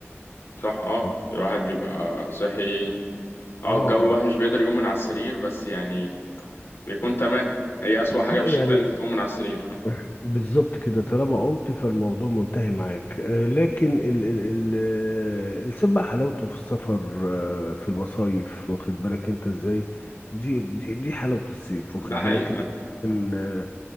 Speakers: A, on the left; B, on the left.
A: صح اه
B: اه
A: الواحد بيبقى صاحي اه
B: اه
A: الجو الواحد مش بيقدر يقوم من على السرير بس يعني بيكون تمام هي أسوأ حاجة
B: لا
A: في
B: يعني
A: الشتاء إن أنت تقوم
B: <laughs>
A: من على السرير فاهم
B: بالظبط كده طالما قمت فالموضوع منتهي معاك آه، لكن ال ال ال آه، الصيد بقى حلاوته في السفر آه، في المصايف واخد بالك انت ازاي دي دي دي حلاوة الصيف واخد
A: ده حقيقي
B: بالك
A: فاهم
B: ان إن،